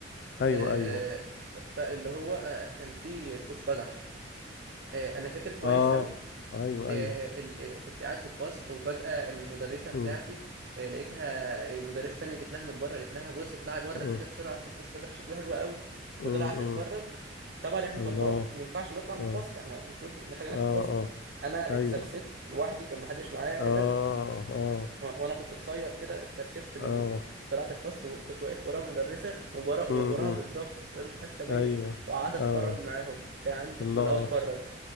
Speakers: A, on the left; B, on the right.
A: ايوه
B: آه،
A: ايوه
B: ف- فاللي هو آه، كان في قوس قزح آه، انا فاكر كويس
A: اه
B: قوي
A: ايوه
B: آه،
A: ايوه
B: ال- آه، كنت قاعد في الفصل وفجأة المدرسة بتاعتي
A: امم
B: آه، لقيتها يعني مدرسة تانية جت لها من بره قالت لها بصي اطلعي بره
A: امم
B: كده بسرعة في قوس قزح شكله حلو قوي
A: امم
B: وطلعت تتفرج
A: إمم.
B: طبعا احنا
A: الله
B: طلاب ما ينفعش نطلع من
A: اه
B: الفصل احنا المفروض نخلينا
A: اه
B: في الفصل
A: اه
B: انا اتسرسبت
A: ايوه
B: لوحدي كان محدش معايا كده
A: اه اه
B: و- وانا كنت قصير كده اتسرسبت من
A: اه
B: طلعت الفصل وكنت واقف ورا المدرسة وورا وراها
A: امم إمم.
B: بالظبط وهي مش حاسة بيا
A: ايوه
B: وقعدت اتفرج
A: اه
B: معاهم كان عندي
A: الله
B: فضول اوي اتفرج